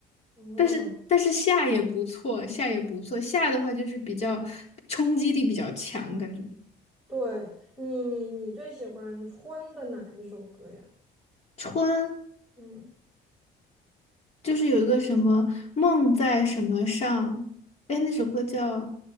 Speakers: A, in the centre; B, on the left.
A: <laughs> 哦，
B: 但是但是夏也不错，夏也不错，夏的话就是比较冲击力比较强，感觉
A: 对你你你最喜欢春的哪一首歌呀？
B: 春
A: 嗯，
B: 就是有一个什么梦在什么上，哎，那首歌叫